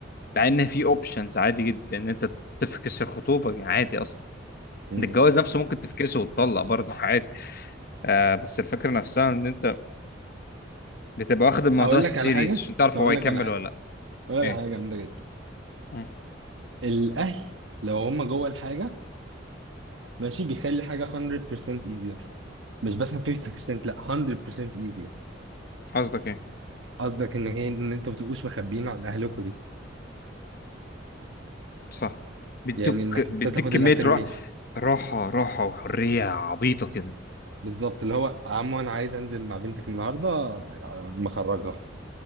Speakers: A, on the left; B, on the right.
A: مع ان في اوبشنز عادي جدا ان انت تفكس الخطوبه عادي اصلا
B: مم.
A: إن الجواز نفسه ممكن تفكسه وتطلق برضه عادي آه بس الفكره نفسها ان انت بتبقى واخد الموضوع
B: أقول
A: سيريس
B: لك على حاجة
A: عشان تعرف
B: أقول
A: هو هيكمل
B: لك على حاجة
A: ولا لا
B: أقول لك
A: ايه
B: على حاجة جامدة جدا
A: مم.
B: الأهل لو هم جوه الحاجة ماشي بيخلي حاجة 100% easier مش بس 50% لا 100% easier
A: قصدك ايه
B: قصدك إن هي إن أنتوا ما بتبقوش مخبيين عن أهلكوا دي
A: صح بيدوك
B: يعني إنك
A: بيديك
B: أنت تاخد
A: كميه
B: الأفرميشن
A: راحه راحه راحه وحريه عبيطه كده
B: بالظبط اللي هو عمو أنا عايز أنزل مع بنتك النهاردة آه، مخرجها